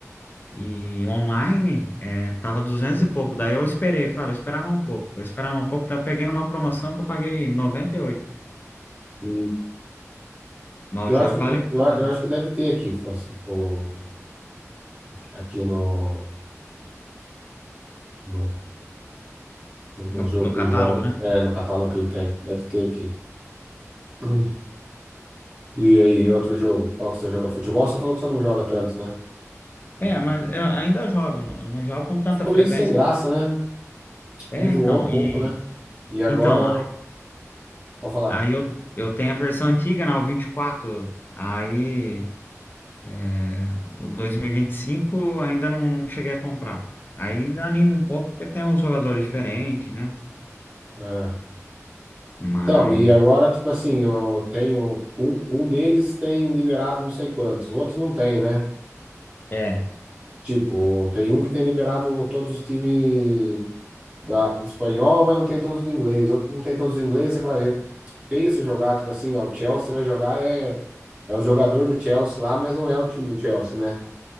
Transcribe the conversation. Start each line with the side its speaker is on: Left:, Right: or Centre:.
Left: e online é, tava 200 e pouco. Daí eu esperei, falei, eu esperava um pouco. Eu esperava um pouco, daí eu peguei numa promoção que eu paguei 98.
Right: hum.
Left: Mas
Right: Eu
Left: o
Right: acho
Left: jogo vale
Right: que, eu,
Left: muito
Right: eu
Left: a pena.
Right: acho que deve ter aqui, Fácil, o- aqui no, no, no
Left: No,
Right: jogo
Left: no
Right: que
Left: catálogo,
Right: o João,
Left: né?
Right: é, no catálogo que ele tem. Deve ter aqui. Hum. E aí, outro jogo? Qual que você joga? Futebol? Você falou que você não joga tanto, né?
Left: É, mas eu ainda jogo, não, não jogo com tanta
Right: Ficou
Left: frequência.
Right: meio sem graça, né?
Left: É,
Right: Enjoou
Left: então,
Right: um pouco,
Left: e
Right: né? E agora.
Left: então, a-
Right: Vou falar.
Left: aí eu, eu tenho a versão antiga, né, o 24. Aí é, o 2025 ainda não, não cheguei a comprar. Aí anima um pouco porque tem uns jogadores diferentes, né?
Right: É.
Left: Mas
Right: Então, e agora, tipo assim, eu tenho. Um, um deles tem liberado não sei quantos, outros não tem, né?
Left: é,
Right: Tipo, tem um que tem liberado todos os times da espanhol, mas não tem todos os ingleses. Outro não tem todos os ingleses, é claro. é Feio se jogar, tipo assim, ó, o Chelsea vai jogar é, é o jogador do Chelsea lá, mas não é o time do Chelsea, né?